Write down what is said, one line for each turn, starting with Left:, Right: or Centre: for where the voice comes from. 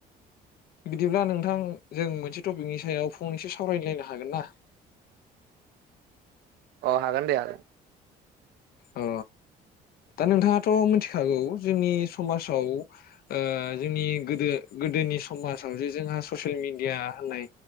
Left: बिदिब्ला नोंथां जों मोनसे टपिकनि सायाव फंनैसो सावरायलायनो हागोन ना
Right: अ हागोन दे आरो
Left: अ दा नोंथाङाथ' मिथिखागौ जोंनि समाजाव ओ जोंनि गोदो गोदोनि समाजाव जे जोंहा ससियेल मिडिया होननाय